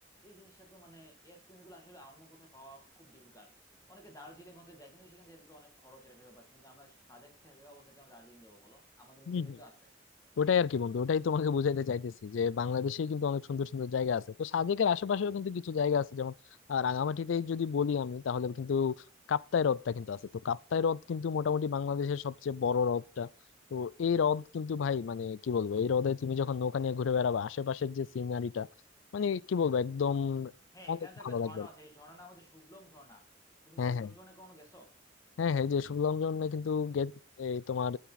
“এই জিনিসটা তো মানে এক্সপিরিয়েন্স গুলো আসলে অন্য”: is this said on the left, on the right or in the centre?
Left